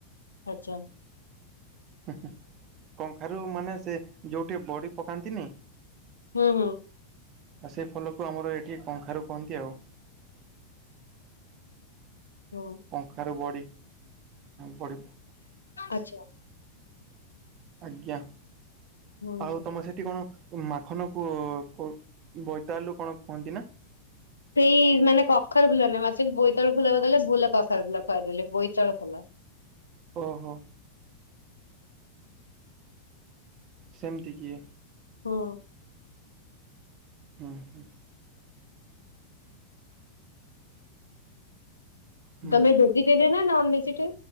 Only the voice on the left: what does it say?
ଆଚା।
ହୁଁ- ହୁଁ।
ଯଉ।
ଆଚ୍ଛା
ହୁଁ
ସେଇ ମାନେ କଖାରୁ ଫୁଲ ନୁହେଁ ସେ ବୋଇତାଳୁ ଫୁଲ କହିଲେ ଭୁଲ୍ ରେ କଖାରୁ ଫୁଲ କହିଦେଲି ବୋଇତାଳୁ ଫୁଲ।
ହୁଁ।
ତମେ ଭେଜିଟେରିଏନ ନା ନନଭେଜିଟେ?